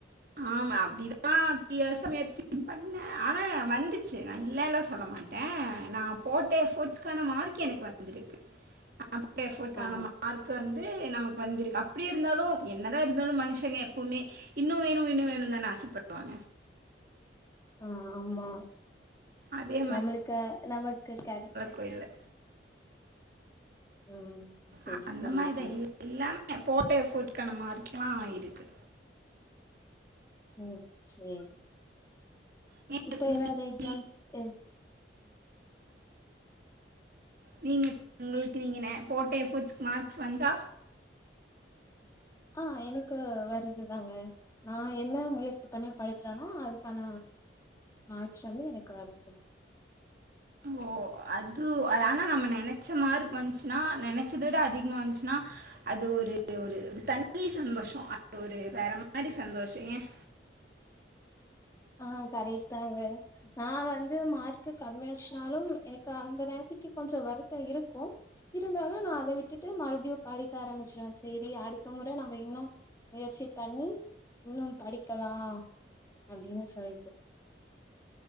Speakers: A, on the right; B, on the left.
A: ஆமா அப்டிதான் த்ரீ ஏர்ஸ்ஸ முயற்சி பண்ணேன் ஆனா வந்துச்சு நான் இல்லன்ல சொல்ல மாட்டேன் ஆ நான் போட்ட எஃபட்ஸ்கான மார்க் எனக்கு வந்திருக்கு நா போட்ட எஃபர்ட்ஸ்கான
B: ஆ
A: மார்க் வந்து நமக்கு வந்திருக்கு அப்டி இருந்தாலும் என்ன தான் இருந்தாலும் மனுஷங்க எப்போமே இன்னு வேணு இன்னும் வேணும்னு தானே ஆசைப்படுவாங்க
B: ஆ ஆமா
A: அதே
B: நம்மளுக்க நமக்கு கட
A: கோயில
B: ம் சரி
A: அ அந்த
B: புரியுதுங்க
A: மாரி தான் எல்லாமே போட்ட எஃபோட்கான மார்க்லா இருக்கு
B: ம் சேரி
A: நீ-
B: இப்ப ஏதாவது எக்ஸாம் எ
A: நீங்க உங்களுக்கு நீங்க ந போட்ட எஃபர்ட்ஸ்கு மார்க்ஸ் வந்தா
B: ஆ எனக்கு வருது தாங்க நான் என்ன முயற்சி பண்ணி படிக்கிறானோ அதுக்கான மார்கஸ் வந்து எனக்கு வருது
A: ஓ அது ஆனா நம்ம நெனைச்ச மார்க் வந்துச்சுன்னா நெனைச்சத விட அதிகமா வந்துச்சுன்னா அது ஒரு ஒரு தணி சந்தோஷம் அது ஒரு வேற மாரி சந்தோஷம் ஏன்
B: ஆ கரக்ட் தாங்க நான் வந்து மார்க்கு கம்மியாச்சுனாலும் எனக்கு அந்த நேரத்துக்கு கொஞ்சம் வருத்தம் இருக்கும் இருந்தாலும் நான் அத விட்டுட்டு மறுபடியும் படிக்க ஆரம்பிச்சிருவேன் செரி அடுத்த முறை நம்ம இன்னும் முயற்சி பண்ணி இன்னும் படிக்கலா அப்டின்னு சொல்லிட்டு